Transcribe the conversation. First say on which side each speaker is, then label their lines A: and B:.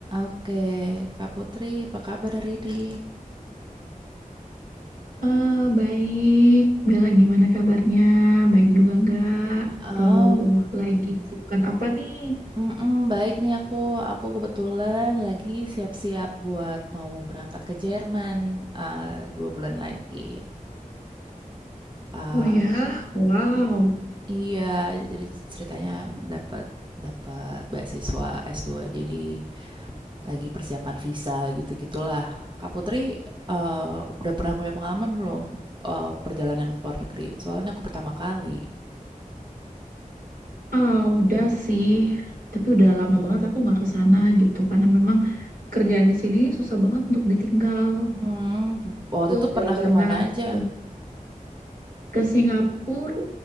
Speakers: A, on the right; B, on the right.
A: Oke, Kak Putri, apa kabar hari ini?
B: Eh, baik, Bella gimana kabarnya? Baik juga nggak?
A: Oh,
B: Atau lagi kesibukan apa nih?
A: mm baik nih aku. Aku kebetulan lagi siap-siap buat mau berangkat ke Jerman eh, dua bulan lagi. Ah,
B: Oh ya, wow.
A: iya, jadi ceritanya dapat dapat beasiswa S2, jadi lagi persiapan visa gitu-gitulah. Kak Putri, eh, udah pernah punya pengalaman belum eh, perjalanan ke luar negeri? Soalnya aku pertama kali.
B: Ah, udah sih, tapi udah lama banget aku nggak ke sana gitu karena memang kerjaan di sini susah banget untuk ditinggal.
A: Hmm, waktu
B: Udah
A: itu pernah
B: pernah
A: kemana aja?
B: ke, ke Singapura,